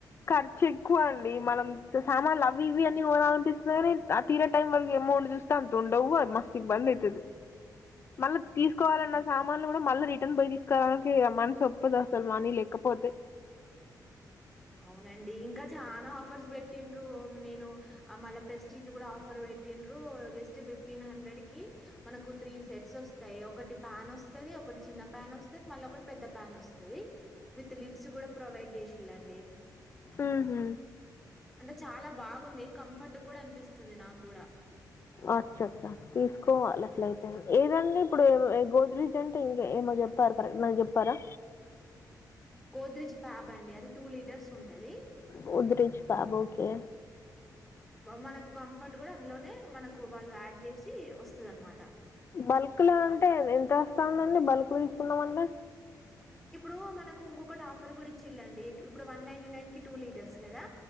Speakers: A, on the left; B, in the centre.
A: ఖర్చ్ ఎక్కువ అండి మనం సామాన్లు అవి ఇవి అన్ని కోనాలనిపిస్తుంది కాని ఆ తీర టైం వరకు అమౌంట్ చూస్తే అంత ఉండది డవు మస్త్ ఇబ్బంది ఐతది మళ్ళీ తీసుకోవాలన్న సామానులు కూడా మళ్ళ రిటర్న్ పోయి తీస్ కరానికి ఇగ మనసొప్పదు అసలు ఇగ మనీ లేకపోతే
B: అవునండి ఇంకా చానా ఆఫర్స్ పెట్టిన్రు నేను మళ్ళ ప్రెస్టీజ కూడా ఆఫర్ పె పెట్టిన్రు జస్ట్ ఫిఫ్టీన్ హండ్రెడ్ కి మనకు త్రీ సెట్స్ వస్తాయి ఒకటి పాన్ వస్తది ఒకటి చిన్న పన్ వస్తది మళ్ళీ ఒకటి పెద్ద ప్యాన్ వస్తది విత్ లిడ్స్ కూడా ప్రొవైడ్ చేసిళ్ళండి
A: ఊహు
B: అంటే చాలా బాగుంది కంఫర్ట్ కూడా అనిపిస్తుంది నాకు కూడా
A: అచ్చ అచ్చ తీసుకోవాలి అట్లయితే ఏదండి ఇప్పుడు ఏ ఏ గోద్రీజ్ అంటే ఇంక ఏమ చెప్పారు కరెక్ట్ నాకు చెప్పారా
B: గోద్రేజ్ ఫ్యాబ్ అండి అది టూ లీటర్స్ ఉంటది
A: గోద్రేజ్ ఫ్యాబ్ ఓకే
B: మనకు కంఫర్ట్ కూడా అందులోనే మనకు వాళ్ళు యాడ్ చేసి వస్తదనమాట
A: బల్క్ల అంటే ఎంత వస్తాందండి బల్క్ తీసుకున్నమంటె
B: ఇప్పుడు మనకు ఇంకొకటి ఆఫర్ కూడా ఇచ్చిలండి ఇప్పుడు వన్ నైన్టీ నైన్ కి టూ లీటర్స్ కదా